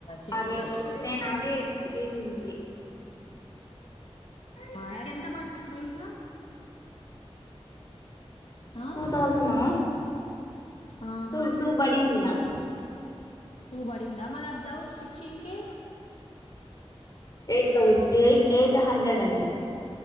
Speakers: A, on the left; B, on the left.
A: చేసుకోవచ్చు
B: అదే నేను అదే ఇప్పుడు తీసింది
A: మాకెంత పడుతుంది సైజు ఆ
B: టూతౌస్జన
A: ఆ
B: టు టూ బడిందినాక్ <unintelligible>
A: టు పడిందా మళ్ల బ్లౌజ్ స్టిచింగ్కి
B: eight thousand eight eight hundred అయ్యింది